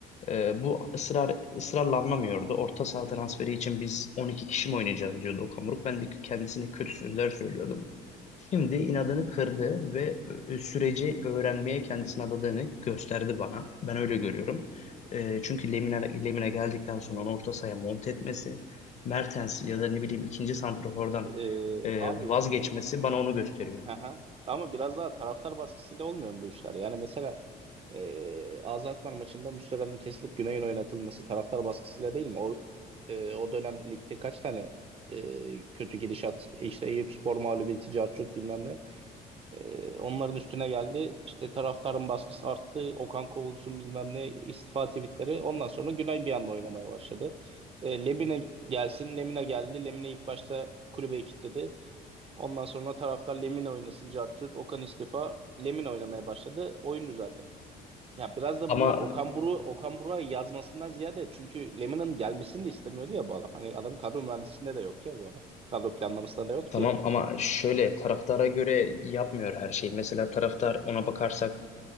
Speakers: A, on the left (about 40°); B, on the right (about 35°).
A: Ee, bu ısrar ısrarla anlamıyordu. Orta saha transferi için biz 12 kişi mi oynayacağız diyordu Okan Buruk. Ben de kendisine kötü sözler söylüyordum. Şimdi inadını kırdı ve e, süreci öğrenmeye kendisini adadığını gösterdi bana. Ben öyle görüyorum. E, çünkü Lemine, Lemine geldikten sonra onu orta sahaya monte etmesi, Mertens ya da ne bileyim ikinci santrafordan
B: E,
A: e,
B: abi
A: vazgeçmesi bana onu gösteriyor.
B: Aha. Ama biraz daha taraftar baskısıyla olmuyor mu bu işler? Yani mesela e, Alzheimer maçında Muslera'nın kesilip Güney'in oynatılması taraftar baskısıyla değil mi? O e, o dönem ligde kaç tane e, kötü gidişat işte Eyüpspor mağlubiyeti, Carçurt bilmem ne. E, onların üstüne geldi. İşte taraftarın baskısı arttı. Okan kovulsun bilmem ne istifa tweetleri. Ondan sonra Güney bir anda oynamaya başladı. E, Lemine gelsin. Lemine geldi. Lemine ilk başta kulübe kilitledi. Ondan sonra taraftar Lemina oynasın cart curt. Okan istifa. Lemina oynamaya başladı. Oyun düzeldi. Ya biraz da
A: Ama
B: bunlar Okan Buruk Okan Buruk'a yazmasından ziyade çünkü Lemina'nın gelmesini de istemiyordu ya bu adam. Hani adam kadro mühendisliğinde de yok ya bu adam. Kadro planlamasında da yoktu
A: tamam
B: ya.
A: ama şöyle taraftara göre yapmıyor her şeyi. Mesela taraftar ona bakarsak